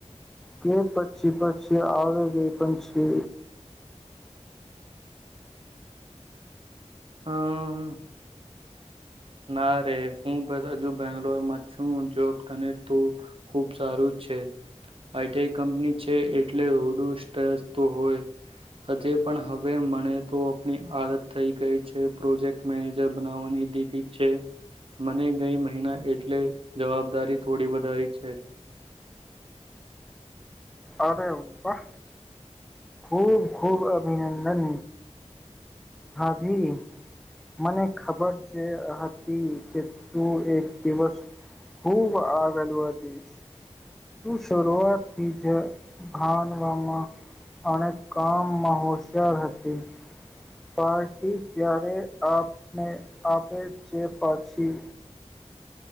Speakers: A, in the centre; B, on the right.
A: કે પછી પછી આવી ગઈ પણ છે.
B: હા ના રે હું બસ હજુ બેંગ્લોર માં છું, જો તો ખૂબ સારું છે, આઈટીઆઈ કંપની છે, એ એટલે રડું સ્ટ્રેસ તો હોય હજે પણ હવ હવે મળણે તો આપણી આદત થઈ ગઈ છે, પ્રોજેક્ટ મેનેજર બનાવવાની દીદી છે. મને ગઈ મહિના એટલે જવાબદારી થોડી વધારી છે.
A: અરે વાહ! ખૂબ ખૂબ અભિનંદન. ભાભી મને ખબર જે હતી કે, તું એક દિવસ ખૂબ આગળ વધીશ. તું શરૂઆતથી જ ભાનવામાં અને કામમાં હોશિયાર હતી. પાર્ટી ક્યારે? આપને આપે છે પછી.